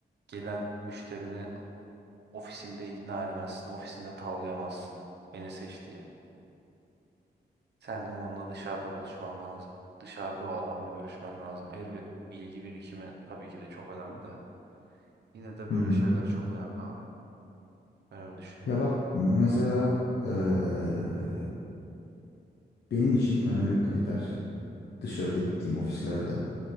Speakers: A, on the right; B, on the left.
A: gelen müşterini ofisinde ikna edemezsin. Ofisinde tavlayamazsın. Beni seç diye. Sen onunla dışarıda buluşman lazım. Dışarıda o adamla görüşmen lazım. Elbet bilgi birikimi tabii ki de çok önemli de. Yine de böyle
B: hı hı.
A: şeyler çok önemli abi. Ben öyle düşünüyorum.
B: Ya bak mesela eee, Benim için önemli bir kriter dışarıda gittiğim ofislerde